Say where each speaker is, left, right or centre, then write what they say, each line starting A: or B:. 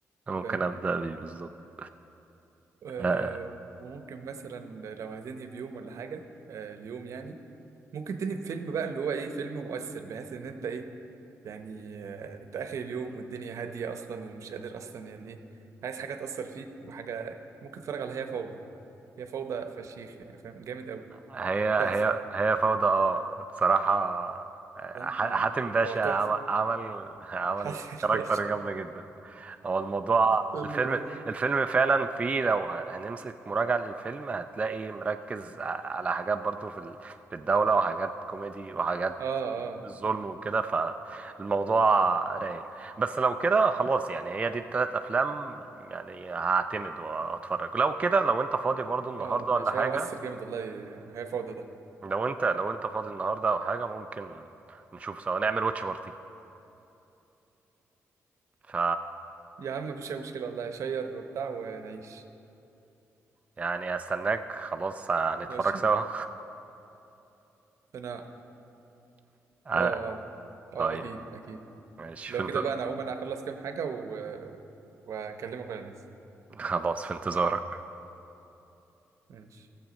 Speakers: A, on the right (about 25°); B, on the right (about 65°).
A: ممكن
B: فاهم
A: أبدأ بيه بالظبط
B: آه
A: آه،
B: وممكن مثلا لو هتنهي بيوم ولا حاجه آه اليوم يعني ممكن تنهي بفيلم بقى اللي هو ايه فيلم مؤثر بحيث ان انت ايه يعني آه انت اخر اليوم والدنيا هاديه اصلا ومش قادر اصلا يعني ايه عايز حاجه تاثر فيك وحاجه ممكن تتفرج على هي فوضى هي فوضى فشيخ يعني فاهم جامد قوي
A: هي هي
B: تحفه
A: هي فوضى اه بصراحة آه،
B: فاهم
A: ح-
B: اه
A: حاتم باشا
B: هو تحفه
A: عمل عمل <laughs> عمل
B: <laughs> حسن الباشا
A: كاركتر جامدة جدا هو الموضوع
B: حلو
A: الفيلم الفيلم فعلا فيه لو ه- هنمسك مراجعة للفيلم هتلاقي مركز ع- على حاجات برضو في ال- في الدولة وحاجات كوميدي وحاجات
B: اه اه
A: الظلم وكده فالموضوع رايق بس لو كده خلاص يعني هي دي التلات أفلام يعني هعتمد وهتفرج لو كده لو أنت فاضي برضو النهاردة
B: اه ماشي
A: ولا حاجة
B: هو مؤثر جامد والله هي فوضى ده
A: لو انت لو انت فاضي النهارده او حاجه ممكن نشوف سوا نعمل واتش بارتي ف
B: يا عم مفيش اي مشكله والله شير وبتاع ونعيش
A: يعني هستناك خلاص هنتفرج
B: ماشي
A: سوا
B: انا
A: <laughs> آه،
B: اه اه اه
A: طيب
B: اكيد اكيد
A: ماشي
B: لو
A: في انت...
B: كده بقى انا هقوم انا اخلص كام حاجه و... وهكلمك وانا نازل
A: خلاص في انتظارك
B: ماشي